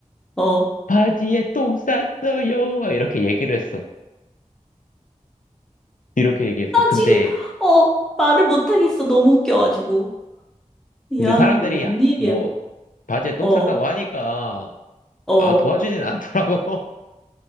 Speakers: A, in the centre; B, on the left (about 80°).
A: 어.
B: 바지에 똥 쌌어요. 막 이렇게 얘기를 했어. 이렇게 얘기했어. 근데,
A: 지금, 어, 말을 못하겠어. 너무 웃겨가지고.
B: 근데
A: 야,
B: 사람들이
A: 웬일이야.
B: 뭐 바지에 똥
A: 어,
B: 쌌다고 하니까,
A: 어.
B: 아, 도와주진 않더라고.